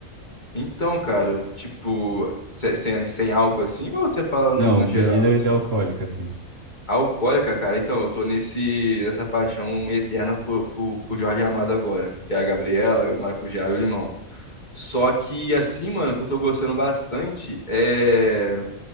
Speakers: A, on the left; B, on the right.
A: Então, cara, tipo, se- sem, sem álcool assim, ou você fala
B: Não,
A: no, no geral
B: bebida
A: assim?
B: de alcoólica, assim.
A: Alcoólica, cara, então, eu tô nesse, nessa paixão eterna por, por, por Jorge Amado agora, que é a Gabriela, o Maracujá e o Limão. Só que, assim, mano, o que eu tô gostando bastante é